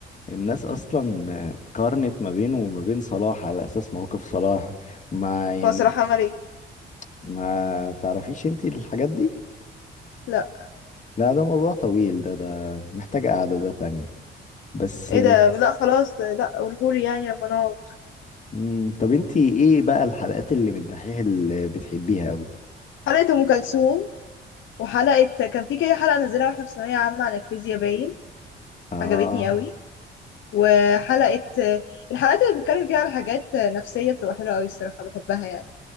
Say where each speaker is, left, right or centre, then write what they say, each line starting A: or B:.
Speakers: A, on the left; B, on the left.
A: الناس أصلا قارنت ما بينه وما بين صلاح على أساس مواقف صلاح ما يعني
B: هو صراحة عمل ايه
A: ما تعرفيش انتي الحاجات دي
B: لا
A: لا ده موضوع طويل ده ده محتاج قعدة ده تانية بس
B: ايه ده لا خلاص لا قولهولي يعني لما نقعد
A: مم، طب انتي ايه بقى الحلقات اللي من الدحيح اللي بتحبيها أوي
B: حلقة ام كلثوم وحلقة كان في كده حلقة نزلها واحنا في ثانوية عامة عن الفيزياء باين
A: اه
B: عجبتني قوي وحلقة الحلقات اللي بيتكلم فيها على حاجات نفسية بتبقى حلوة قوي الصراحة بحبها يعني